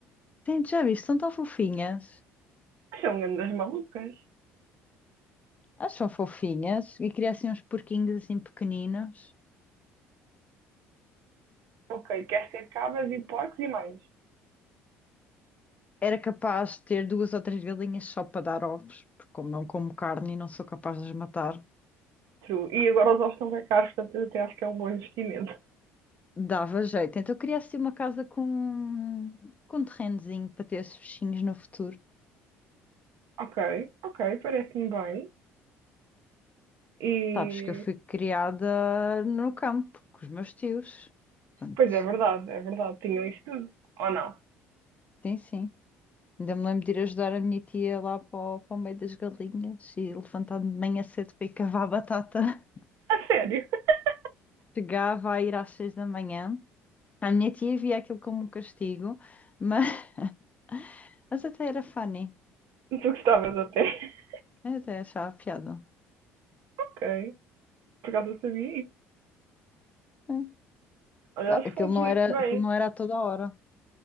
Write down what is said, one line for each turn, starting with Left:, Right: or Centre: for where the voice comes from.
Left: Sim, já viste, são tão fofinhas.
Right: Que são grandes malucas.
Left: Elas são fofinhas e queria assim uns porquinhos assim pequeninos.
Right: Ok, queres ter cabras e porcos e mais.
Left: Era capaz de ter duas ou três galinhas só para dar ovos, porque como não como carne e não sou capaz de as matar,
Right: True. E agora os ovos estão bem caros, portanto eu até acho que é um bom investimento.
Left: dava jeito. Então eu queria assim uma casa com, com um terrenozinho para ter esses bichinhos no futuro.
Right: Ok, ok, parece-me bem. E.
Left: Sabes que eu fui criada no campo com os meus tios. Portanto,
Right: Pois é é verdade, é verdade. Tinham isso tudo. Ou não?
Left: sim, sim. Ainda me lembro de ir ajudar a minha tia lá para o, para o meio das galinhas e levantar-me de manhã cedo para ir cavar batata.
Right: A sério? <laughs>
Left: <laughs> Chegava a ir às seis da manhã. A minha tia via aquilo como um castigo, mas, <laughs> mas até era funny.
Right: Tu gostavas até. <laughs>
Left: Eu até achava piada.
Right: Ok. Por acaso eu sabia isso.
Left: Hum.
Right: Olha,
Left: Ah,
Right: elas
Left: Aquilo
Right: fazes
Left: não
Right: muito
Left: era,
Right: bem.
Left: aquilo não era a toda hora.